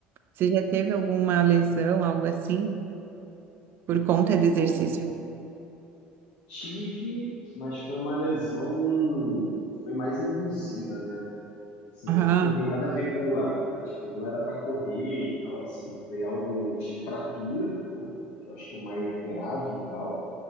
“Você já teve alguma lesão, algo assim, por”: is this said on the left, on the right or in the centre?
Right